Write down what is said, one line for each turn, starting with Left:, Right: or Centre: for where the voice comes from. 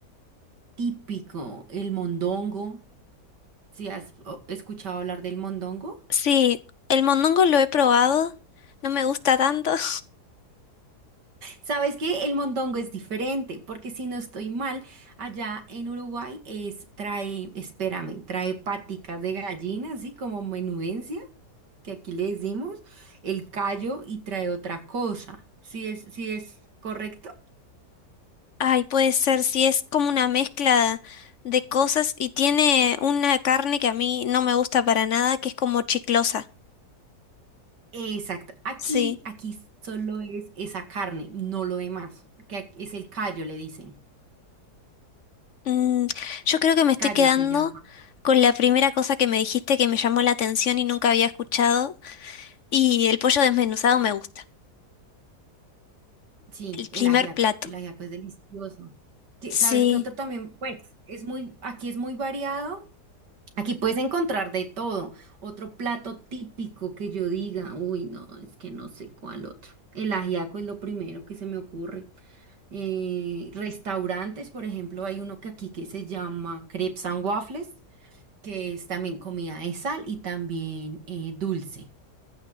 Right: típico, el mondongo, si has o, escuchado hablar del mondongo?
Left: Sí, el mondongo lo he probado, no me gusta tanto. <laughs>
Right: Sabes que el mondongo es diferente, porque si no estoy mal, allá en Uruguay es, trae, espérame, trae paticas de gallina, así como menudencia, que aquí le decimos, el callo y trae otra cosa. ¿Sí es, sí es correcto?
Left: Ay, puede ser, si es como una mezcla de cosas y tiene una carne que a mí no me gusta para nada, que es como chiclosa.
Right: Exacto. Aquí,
Left: Sí.
Right: aquí solo es esa carne, no lo demás, que ac- es el callo, le dicen.
Left: Mm, yo creo que me estoy
Right: Callo
Left: quedando
Right: se llama.
Left: con la primera cosa que me dijiste que me llamó la atención y nunca había escuchado. Y el pollo desmenuzado me gusta.
Right: Sí,
Left: El primer
Right: el ajiaco.
Left: plato.
Right: El ajiaco es delicioso. Que-
Left: Sí.
Right: ¿Sabes qué otro también? Pues es muy, aquí es muy variado. Aquí puedes encontrar de todo. Otro plato típico que yo diga, uy, no, es que no sé cuál otro. El ajiaco es lo primero que se me ocurre. Eh, restaurantes, por ejemplo, hay uno que aquí que se llama Crepes and Waffles, que es también comida de sal y también eh, dulce.